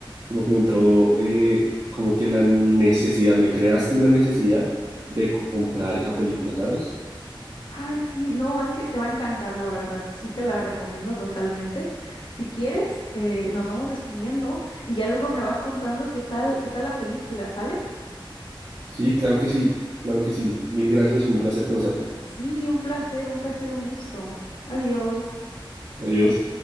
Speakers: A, on the right; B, on the left.
A: como que me entró eh, como que la necesidad, me creaste una necesidad de comprar esa película, ¿sabes?
B: Ay, sí, no, es que te va a encantar, la verdad. Sí, te la recomiendo totalmente. Si quieres, eh, nos vamos despidiendo y ya luego me vas contando qué tal, qué tal la película, ¿sale?
A: Sí, claro que sí, claro que sí. Mil gracias y un placer conocerte.
B: Sí, un placer, un placer, un gusto. Adiós.
A: Adiós.